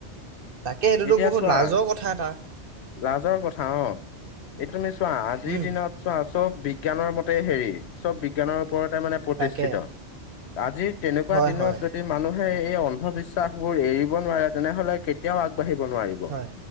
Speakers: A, on the right; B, on the left.
A: তাকে এইটোতো
B: এতিয়া
A: বহুত
B: চোৱা,
A: লাজৰ কথা এটা
B: লাজৰ কথা অ' এতিয়া তুমি চোৱা, আজিৰ
A: উম
B: দিনত চোৱা, চব বিজ্ঞানৰ মতেই হেৰি চব বিজ্ঞানৰ ওপৰতে মানে প্ৰতিষ্ঠিত।
A: তাকে
B: আজিৰ তেনেকুৱা
A: হয়
B: দিনত
A: হয়
B: যদি মানুহে এই অন্ধবিশ্বাসবোৰ এৰিব নোৱাৰে, তেনেহ'লে কেতিয়াও আগবাঢ়িব নোৱাৰি।
A: হয়